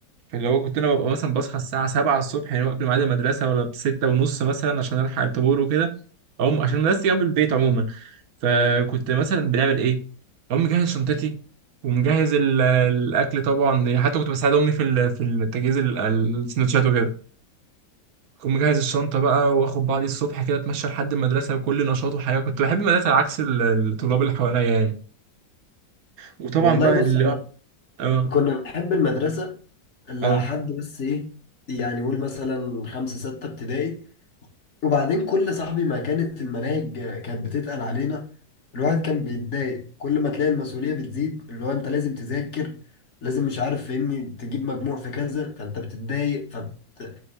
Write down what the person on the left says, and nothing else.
والله
بص
احنا
كنا بنحب المدرسه لحد
بس ايه يعني قول مثلا خمسه سته ابتدائي وبعدين كل صاحبي ما كانت المناهج كانت بتتقل علينا الواحد كان بيتضايق كل ما تلاقي المسؤولية بتزيد اللي هو انت لازم تذاكر لازم مش عارف فاهمني تجيب مجموع في كذا فانت بتتضايق فبت...